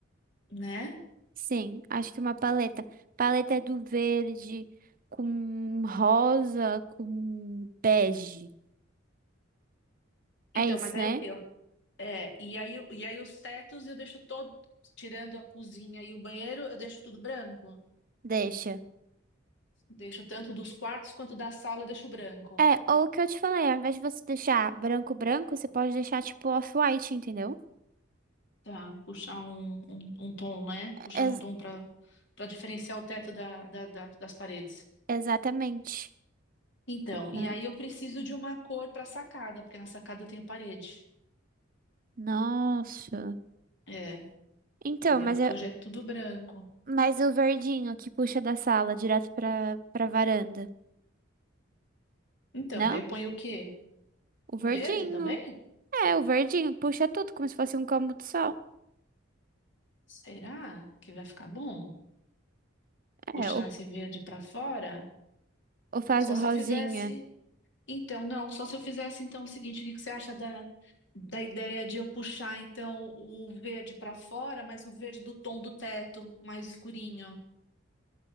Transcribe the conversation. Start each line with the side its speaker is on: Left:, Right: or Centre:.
Left: né?
Right: Sim, acho que uma paleta. Paleta é do verde com rosa, com bege.
Left: Então,
Right: É isso,
Left: mas aí
Right: né?
Left: o quê? É, e aí, eu- e aí os tetos eu deixo todo, tirando a cozinha e o banheiro, eu deixo tudo branco.
Right: Deixa.
Left: Deixo tanto dos quartos quanto da sala, eu deixo branco.
Right: É, ou o que eu te falei, ao invés de você deixar branco branco, você pode deixar tipo off-white, entendeu?
Left: Tá, puxar um, um, um tom, né? Puxar
Right: Ex-
Left: um tom para para diferenciar o teto da, da- da- das paredes.
Right: exatamente.
Left: Então,
Right: Exatamente.
Left: e aí eu preciso de uma cor para sacada, porque na sacada eu tenho parede.
Right: Nossa.
Left: É,
Right: Então,
Left: entendeu?
Right: mas
Left: Porque
Right: eu,
Left: hoje é tudo branco.
Right: mas o verdinho que puxa da sala direto pra, pra varanda.
Left: Então,
Right: Não?
Left: aí eu ponho o quê?
Right: O verdinho.
Left: Verde também?
Right: É, o verdinho puxa tudo como se fosse um cômodo só.
Left: Será que vai ficar bom? Puxar
Right: É, ou,
Left: esse verde para fora?
Right: ou faz
Left: Só
Right: o
Left: se
Right: rosinha.
Left: eu fizesse. Então, não, só se eu fizesse então o seguinte, o que que você acha da, da ideia de eu puxar então o verde para fora, mas o verde do tom do teto, mais escurinho,